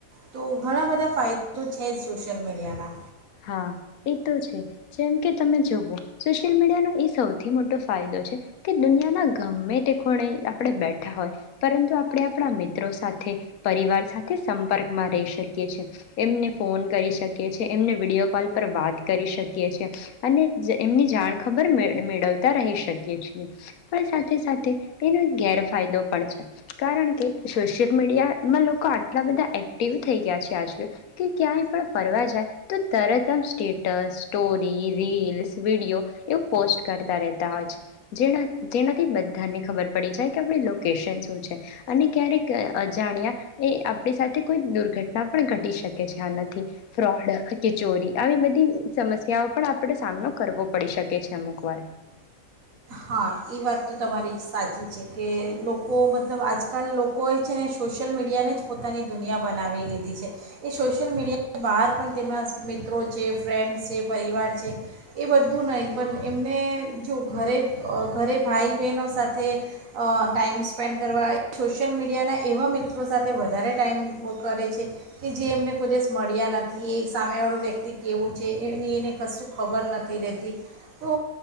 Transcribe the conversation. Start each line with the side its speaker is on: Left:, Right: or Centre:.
Right: તો ઘણા બધા ફાયદા તો છે જ સોશિયલ મીડિયાના.
Left: હા, એ તો છે. જેમ કે તમે જોવો સોશિયલ મીડિયાનો એ સૌથી મોટો ફાયદો છે કે, દુનિયાના ગમ્મે તે ખુણે આપણે બેઠા હોય પરંતુ આપણે આપણા મિત્રો સાથે પરિવાર સાથે સંપર્કમાં રહી શકીએ છે, એમને ફોન કરી શકીએ છે એમને વિડીયો કોલ પર વાત કરી શકીએ છે. અને એમની જાણખબર મેળ મેળવતા રહી શકીએ છીએ. પણ સાથે સાથે એનો ગેરફાયદો પણ છે. કારણ કે, સોશિયલ મીડિયામાં લોકો આટલા બધા એક્ટિવ થઈ ગયા છે આજકાલ કે ક્યાંય પણ ફરવા જાય તો તરત આમ સ્ટેટસ, સ્ટોરી, રીલ્સ, વિડીયો એવું પોસ્ટ કરતા રહેતા હોય છે. જેણા જેનાથી બધાને ખબર પડી જાય કે આપણી લોકેશન શું છે અને ક્યારેક અજાણ્યા એ આપણી સાથે કોઈક દુર્ઘટના પણ ઘટી શકે છે. આનાથી ફ્રોડ કે ચોરી આવી બધી સમસ્યાઓ પણ આપણે સામનો કરવો પડી શકે છે અમુક વાર.
Right: હા, ઈ વાત તો તમારી સાચી છે કે, લોકો મતલબ આજકાલ લોકોએ છે ને સોશિલ મીડિયાને જ પોતાની દુનિયા બનાવી લીધી છે. એ સોશિયલ મીડિયાની બહાર પણ તેમના મિત્રો છે, ફ્રેન્ડ્સ છે, પરિવાર છે એ બધું નહીં પણ એમને જો ઘરે અ ઘરે ભાઈ બહેનો સાથે અહ ટાઈઇમ સ્પેન્ડ કરવા સોશિયલ મીડિયાના એવા મિત્રો સાથે વધારે ટાઈમ ઓ કરે છે કે, જે એમને કોય દિવસ મળ્યા નથી એ સામેવાળું વ્યક્તિ કેવું છે એની એને કશું ખબર નથી રહેતી. તો